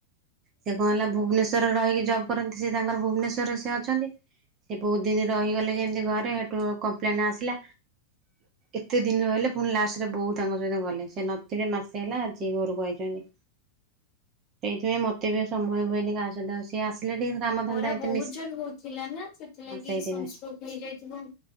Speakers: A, on the right; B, on the left.
A: ସେ କଣ ହେଲା ଭୁବନେଶ୍ଵରରେ ରହିକି ଜବ୍ କରନ୍ତି ସେ ତାଙ୍କର ଭୁବନେଶ୍ଵରରେ ସେ ଅଛନ୍ତି। ସେ ବହୁତ ଦିନି ରହିଗଲେ ଯେମିତି ଘରେ ହେଟୁ କମ୍ପ୍ଲେନ ଆସିଲା ଏତେ ଦିନ ରହିଲେ ପୁଣି ଲାଷ୍ଟରେ ବୋଉ ତାଙ୍କ ସହିତ ଗଲେ। ସେ ନତଥିଲେ ମାସେ ହେଲା ଆଜିି ଘରକୁ ଆଇଚନ୍ତି। ଏଇଥିପାଇଁ ମେତେ ବି ସମୟ ହୁଏନି କାହା ସହିତ ସିଏ ଆସିଲ ଟିକେ କାମଧନ୍ଦା
B: ଖରା
A: ଏତେ
B: ବହୁତ
A: ମିଶ
B: ଜେରେ ହଉଥିଲା ନା ସେଥିଲାଗି
A: ହଁ ସେଇଥିପାଇଁ।
B: ସଂସଷ୍ଟ୍ରୋକ ହେଇଯାଇଥିବ।